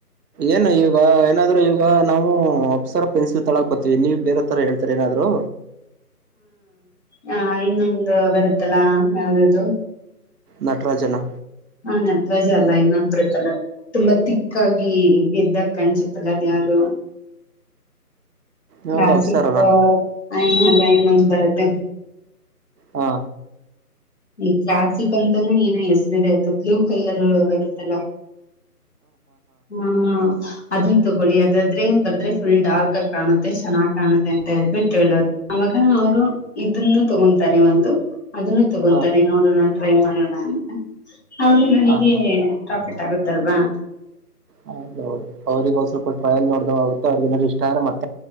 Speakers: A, on the right; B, on the left.
A: ಏನು ಈಗ ಏನಾದ್ರು ಈಗ ನಾವು ಅಪ್ಸರ ಪೆನ್ಸಿಲ್ ತೊಳಕ್ ಬರ್ತೀವಿ ನೀವ್ ಬೇರೆ ತರ ಹೇಳ್ತರಿ ಏನಾದ್ರು
B: ಹಾ ಇನ್ನೊಂದು ಬರುತ್ತಲ್ಲಾ ಯಾವ್ದದು
A: ನಟರಾಜನಾ
B: ಹಾ ನಟ್ರಾಜ ಅಲ್ಲ ಇನ್ನೊಂದ್ ಬರುತ್ತಲ್ಲ ತುಂಬಾ ತಿಕ್ಕಾಗಿ ಎದ್ದಾ ಕನ್ಸುತ್ತಲ್ಲ ಅದ ಯದು ಕ್ಲಾಸಿಕ
A: ಯಾವ್ದು ಅಪ್ಸರನ
B: ಐ ನ ಐ ಇನೊಂದ್ ಬರುತ್ತೆ
A: ಹಾ
B: ಈ ಕ್ಲಾಸಿಕ್ ಅಂತಾನೂ ಏನು ಹೆಸ್ರಿದೆ ಅದು ಬ್ಲೂ ಕಲರ್ ಬರುತ್ತಲ್ಲ ಹಾ ಅದನ್ ತಗೊಳ್ಳಿ ಅದಾದ್ರೆ ಬರದ್ರೆ ಫುಲ್ ಡಾರ್ಕ್ ಆಗ ಕಾಣುತ್ತೆ ಚೆನ್ನಾಗ್ ಕಾಣುತ್ತೆ ಅಂತ ಹೇಳ್ಬಿಟ್ಟು ಹೇಳರುಗ ಅವರು ಇದನ್ನು ತಗೊಂತಾರೆ ಒಂದು ಅದನ್ನು ತಗೊಂತಾನೆ
A: ಹಾ
B: ನೋಡೋಣ ಟ್ರೈ ಮಾಡೊಣ ಅಂತ ಹೌದು ನನಗೆ
A: ಹಾ ಹಾ
B: ಟಾಪಿಕ್ ಗೊತ್ತಗುತಲ್ವಾ
A: ಹೌದೌದು ಅವ್ರಿಗೆ ಒಂದಂದು ಸ್ವಲ್ಪ ಟ್ರಯಲ್ ಮಾಡ್ದ ಆಗುತ್ ತ ಅವ್ರ್ಗೆ ಇಷ್ಟದ್ರೆ ಮಾಡ್